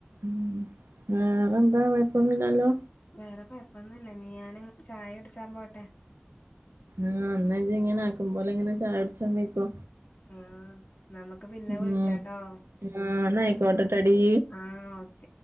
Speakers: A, on the right; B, on the left.
A: ഉ വേറെന്താ കൊയപ്പൊന്നുമില്ലല്ലോ
B: വേറെ കുഴപ്പൊന്നുമല്ല നീ ഞാന് ചായ കുടിച്ചാൻ പോട്ടെ
A: ആ അന്നജ ഇങ്ങനെ ആക്കുമ്പോലെ ഇങ്ങനെ ചായ കുടിച്ചാൻ പോക്കോ
B: ആ നമുക്ക് പിന്നെ
A: ഉംന്ന
B: വിളിച്ചാട്ടോ
A: ആയിക്കോട്ടട്ടടി
B: ആ ഓക്കെ